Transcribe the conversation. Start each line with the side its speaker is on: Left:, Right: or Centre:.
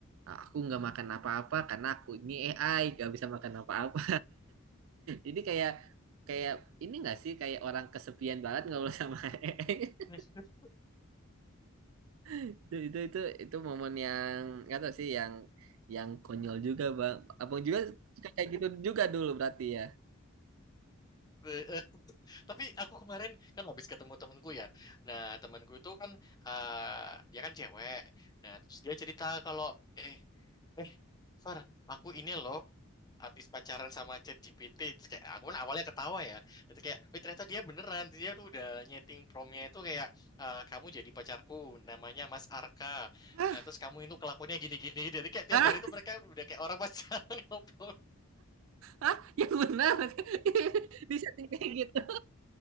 Right: "Ah, aku nggak makan apa-apa karena aku ini AI gak bisa makan apa-apa ini kayak kayak ini nggak sih kayak orang kesepian banget ngobrol sama Eeng. <laughs>
Left: <laughs>
Right: Itu itu itu itu momen yang nggak tahu sih yang yang konyol juga bang. Abang juga kayak gitu juga dulu berarti ya.
Left: Eh, eh. Tapi aku kemarin kan habis ketemu temenku ya. Nah, temenku itu kan eh dia kan cewek. Nah, terus dia cerita kalau eh eh Far, aku ini loh habis pacaran sama ChatGPT Terus kayak aku kan awalnya ketawa ya itu kayak "Wih, ternyata dia beneran dia tuh udah nyeting promnya itu kayak "Eh, kamu jadi pacarku namanya Mas Arka
Right: Hah?
Left: nah terus kamu itu kelakuannya gini-gini <laughs> jadi kayak tiap
Right: Hah?
Left: hari tuh mereka udah kayak orang pacaran <laughs> ngobrol
Right: Hah? Yang benar <laughs> di setting kayak gitu.